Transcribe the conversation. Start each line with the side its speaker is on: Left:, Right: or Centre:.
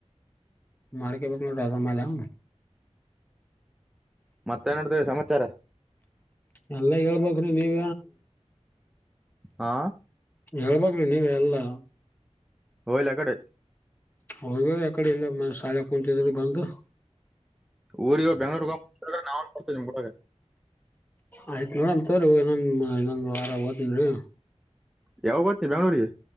Left: ಮಾಡಾರ ಕೆ ಬ ನ ರಾಜಾ ಮಲ <inaudible>
Centre: ಮತ್ತ ನಡಿದೆ ಸಮಾಚಾರ.
Left: ಎಲ್ಲ ಹೇಳ್ಬ್ಕೇರಿ ನೀವ.
Centre: ಹಾ
Left: ಹೇಳಬೇಕ ರೀ ನೀವೆ ಎಲ್ಲಾ.
Centre: ಹೋಗಲಿ ಅಕಡೆ.
Left: ಹೋಗ್ರ ಯಕಡೆ ಇಲ್ಲ ಮ ಶಾಲೆ ಕುಂತಿದ್ರರು ಬಂದು
Centre: ಊರಿಗ ಬೆಂಗಳೋರ ಹೋಗವಾಗ ನಾವು ಕೂಡ್ತ್ವ ನಿಮ್ಮ ಕುಟಾಗ.
Left: ಆಯ್ತು ನೋಡನ ತೊರೀ ಇನ್ನೊಂದ ಇನ್ನೊಂದ ವಾರದಾಗ. ಹಾ ಹೋಗತೆನೆರಿ.
Centre: ಯಾವಾಗ ಹೋಗ್ತಿ ಬೆಂಗ್ಳೂರಿಗೆ